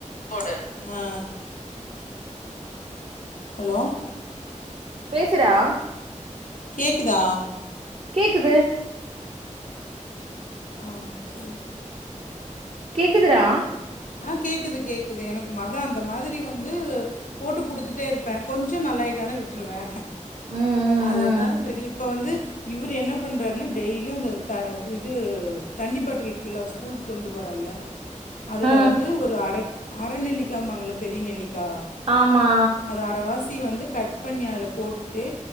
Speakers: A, on the left; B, on the right.
A: போது அஹ் ஹலோ
B: பேசுறா
A: கேக்குதா
B: கேக்குது
A: ஆஹ் சேர்
B: கேக்குதுறா
A: ஆஹ் கேக்குது கேக்குது எனக்கு மத அந்த மாதிரி வந்து போட்டு குடுத்துட்டே இருப்பே கொஞ்சொ நல்லாயிட்டான விட்டுருவே
B: ம்
A: அதுதா
B: ம் ம்
A: பெரி இப்ப வந்து இவ்ரு என்ன பண்றாருனா டெய் லு இந்த த இது தண்ணி பாட்டில்க்குள்ள அவ ஸ்கூலுக் கொண்டு போறால்ல அதில
B: ம்
A: வந்து ஒரு அரக் அரநெல்லிக்காம்பாங்கள பெரிய நெல்லிக்கா
B: ஆமா
A: அத அரவாசி வந்துக் கட் பண்ணி அதுல போட்டுட்டு